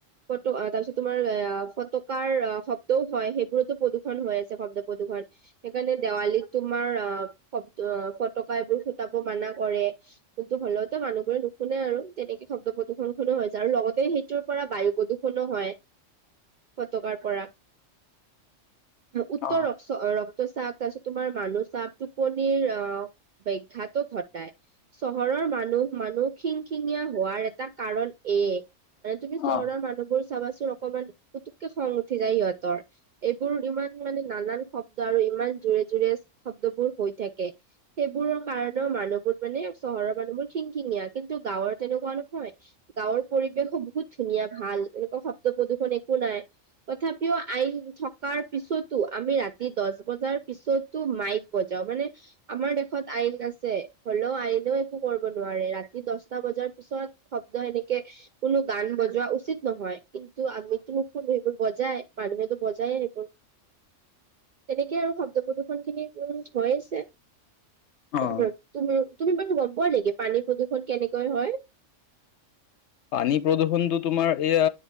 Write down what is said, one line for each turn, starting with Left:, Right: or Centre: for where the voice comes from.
Right: তাৰ পিছত তোমাৰ অ, ফটকাৰ শব্দও হয়। সেইবোৰতো হৈ আছে শব্দ প্ৰদূ্ষণ, সেইকাৰণে দেৱালীত তোমাৰ অ' শব্দ ফটকা এইবোৰ ফুটাব মানা কৰে, কিন্তু হলেও মানুহে নুশুনে আৰু তেনেকে শব্দ প্ৰদূষন শুনো হয়, আৰু লগতে সেইটোৰ পৰা বায়ু প্ৰদূষণো হয়। ফটকাৰ পৰা। উত্তৰ
Left: অ
Right: ৰক্ত ৰক্তচাপ, তাৰপিছত তোমাৰ মানুহ চাপো পনীৰ বিখ্যাত। ঘটাই চহৰৰ মানুহ - মানুহ খিংখিঙীয়া হোৱাৰ এ কাৰণ এ মানে তুমি চহৰৰ
Left: অ
Right: মানুহবোৰ চাবাচোন অকমান পুতুককে খং উঠি যায়, সিহঁতৰ এইবোৰ ইমান মানে নানান শব্দ আৰু ইমান জোৰে - জোৰে শব্দবোৰ হৈ থাকে। সেইবোৰৰ কাৰণেও মানুহবোৰ মানে চহৰৰ মানুহবোৰ খিংখিঙীয়া, কিন্তু গাৱৰ তেনেকুৱা নহয়, গাৱৰ পৰিৱেশ বহুত ধুনীয়া ভাল এনেকুৱা শব্দ প্ৰদূৰষণ একো নাই। তথাপিও আই থকা থকাৰ পিছতো আমি ৰাতি দহ বজাৰ পিছতো মাইক বজাও, মানে আমাৰ দেশত আইন আছে, হলেও আইনেও একো কৰিব নোৱাৰে, ৰাতি দহটা বজাত পিছত শব্দ এনেকে কোনো গান বজোৱা উচিত নহয়। কিন্তু আমিতোবোৰ বজাই মানুহেতো বজায়ে থাকিব, তেনেকে আৰু শব্দ প্ৰদূ্ষন খিনি। উ হৈছে,
Left: অ
Right: উ
Left: অ
Right: তুমি। তুমি বাৰু গম পোৱা নেকি পানী প্ৰদূৰ্ষণ কেনেকৈ হয়?
Left: পানী প্ৰদূৰ্ষণতটো তোমাৰ এইয়া